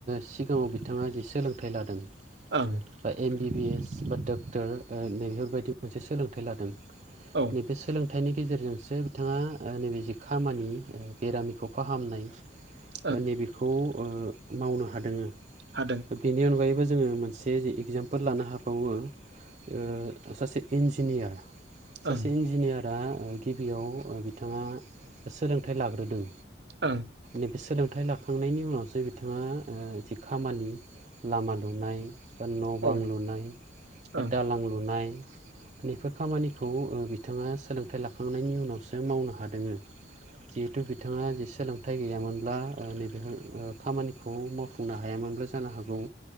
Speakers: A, on the right (about 40°); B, on the right (about 60°).
A: सिगाङाव बिथाङा जि सोलोंथाइ लादों
B: औ
A: बा एम बि बि एस बा डक्टर नैफोरबायदि मोनसे सोलोंथाइ लादों
B: ओं औ
A: बे सोलोंथाइनि गेजेरजोंसो बिथाङा नैबे जि खामानि बेरामिखौ फाहामनाय
B: <inaudible>
A: दा नैबेखौ ओ मावनो हादों ओ।
B: हादों।
A: बेनि अगायैबो जोङो मोनसे एगजाम फोल लानो हाबावो ओ सासे इन्जिनियार सासे
B: ओं
A: इन्जिनियारा गिबियाव बिथाङा सोलोंथाइ लाग्रोदों।
B: ओं।
A: नैबे सोलोंथाइ लाखांनायनि उनावसो बिथाङा ओ जि खामानि लामा लुनाय बा न'
B: औ
A: बां
B: ओं
A: लुनाय बा
B: ओं
A: दालां लुनाय बेफोर खामानि खौ बिथाङा सोलोंथाइ लाखांनायनि उनावसो मावनो हादोङो जिहेथु थाङा जे सोलोंथाइ गैयामोनब्ला नैबेफोर खामानिखौ मावफुंनो हायामोनब्ला जानो हागौ।